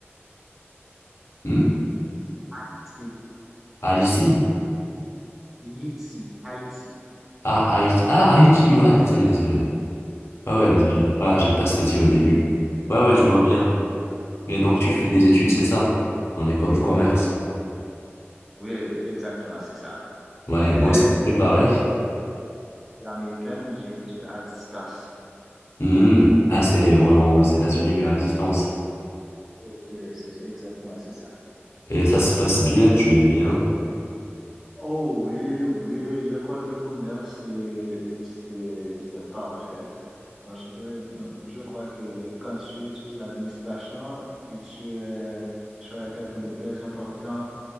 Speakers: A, on the left (about 65°); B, in the centre.
A: Hmm
B: Haïti.
A: Ah, ici?
B: Haïti. Haïti.
A: Ah, Haïti. Ah, Haïti, ouais, désolé, désolé. Ouais, ouais,
B: Oui,
A: désolé,
B: oui,
A: j'ai pas, j'ai pas saisi au début. Ouais, ouais, je vois bien. Mais donc, tu fais des études, c'est ça? En école de commerce.
B: Oui, exactement, c'est ça.
A: Ouais,
B: Mais
A: moi aussi, c'est pareil.
B: euh, américaine, j'ai j'ai- à distance.
A: Hmm. Ah, c'est en- aux États-Unis, mais à distance.
B: Oui, oui, c'est exactement, c'est ça.
A: Et ça se passe bien, tu aimes bien?
B: Oh oui, oui, l'école de commerce, c'est, c'est, c'est parfait. Parce que euh, je crois que quand tu étudies l'administration, et tu es, tu es quelqu'un de très important,